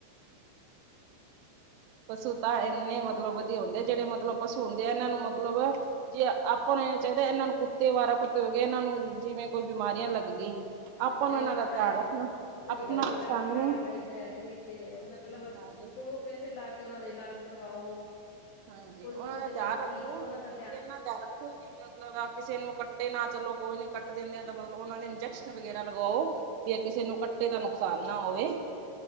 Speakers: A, on the right; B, on the left.
A: ਪਸ਼ੂ ਤਾਂ ਇੰਨੇ ਮਤਲਬ ਵਧੀਆ ਹੁੰਦੇ ਆ, ਜਿਹੜੇ ਮਤਲਬ ਪਸ਼ੂ ਹੁੰਦੇ ਆ ਇਹਨਾਂ ਨੂੰ ਮਤਲਬ। ਜੇ ਆਪਾਂ ਨੂੰ ਚਾਹੀਦਾ, ਇਹਨਾਂ ਨੂੰ ਕੁੱਤੇ ਅਵਾਰਾ ਕੁੱਤੇ ਹੋ ਗਏ, ਇਹਨਾਂ ਨੂੰ ਜਿਵੇਂ ਕੋਈ ਬਿਮਾਰੀਆਂ ਲੱਗ ਗਈ। ਆਪਾਂ
B: ਤੇ
A: ਨੂੰ ਇਹਨਾਂ
B: ਉਹਨਾਂ
A: ਦਾ ਧਿਆਨ
B: ਨੇ
A: ਰੱਖਣਾ।
B: ਸਹੀ
A: ਆਪਣਾ
B: ਗੱਲ ਐ, ਇਲਾਜ
A: ਸਾਨੂੰ
B: ਕਰਾਉਣਾ ਚਾਹੀਦਾ ਐ ਫ੍ਰਰੀ ਚ‌, ਮਤਲਬ
A: ਹਾਂਜੀ
B: ਕੋਲੋਂ ਪੈਸੇ ਲਾ ਕੇ। ਕਿ ਉਹਨਾਂ ਦਾ ਇਲਾਜ ਕਰਵਾਓ।
A: ਹਾਂਜੀ,
B: ਕੋਈ
A: ਉਹਨਾਂ
B: ਪਸੂ
A: ਦਾ
B: ਦੇ ਲੱਗਗੀ
A: ਧਿਆਨ ਰੱਖੋ
B: ਤਾਂ ਉਹਨਾਂ
A: ਵੀ,
B: ਦਾ
A: ਇਹਨਾਂ ਧਿਆਨ ਰੱਖੋ ਵੀ ਮਤਲਬ ਕਿਸੇ ਨੂੰ ਕੱ ਨਾ ਚਲੋ <unintelligible> ਕੱਟ ਦਿੰਦੇ ਆ ਤਾਂ ਮਤਲਬ ਉਹਨਾਂ ਦੇ ਇੰਜੈਕਸ਼ਨ ਵਗੈਰਾ ਲਗਾਓ, ਵੀ ਕਿਸੇ ਨੂੰ ਕੱਟੇ ਤਾਂ ਨੁਕਸਾਨ ਨਾ ਹੋਵੇ।